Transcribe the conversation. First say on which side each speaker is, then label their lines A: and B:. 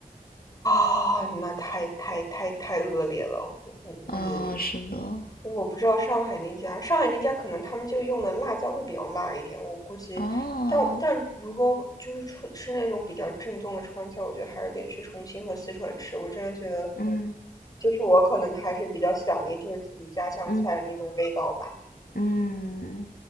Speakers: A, on the left; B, on the left.
A: 啊，那太太太太恶劣了。我我估计
B: 啊，是的，
A: 我不知道上海那家，上海那家可能他们就用的辣椒会比较辣一点。我估计，
B: 哦，
A: 但但如果我就是出吃那种比较正宗的川菜，我觉得还是得去重庆和四川吃。我真的觉得，
B: 嗯
A: 就是我可能还是比较想念就是自己家乡菜的那种味道吧。
B: 嗯嗯。